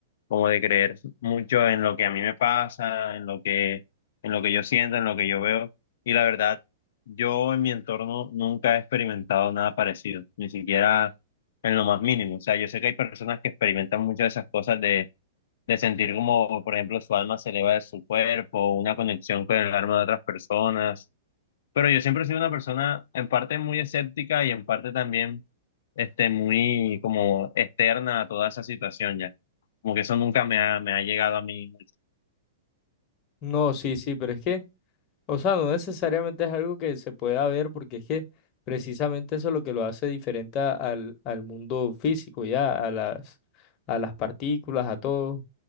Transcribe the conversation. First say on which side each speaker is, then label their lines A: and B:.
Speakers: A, on the left; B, on the left.
A: como de creer mucho en lo que a mí me pasa, en lo que, en lo que yo siento, en lo que yo veo. Y la verdad, yo en mi entorno nunca he experimentado nada parecido, ni siquiera en lo más mínimo. O sea, yo sé que hay personas que experimentan muchas de esas cosas de, de sentir como, por ejemplo, su alma se eleva de su cuerpo, una conexión con el alma de otras personas. Pero yo siempre he sido una persona en parte muy escéptica y en parte también este, muy como externa a toda esa situación ya. Como que eso nunca me ha, me ha llegado a mí. mucho.
B: No, sí, sí, pero es que... O sea, no necesariamente es algo que se pueda ver porque es que precisamente eso es lo que lo hace diferente a- al, al mundo físico, ya, a las, a las partículas, a todo,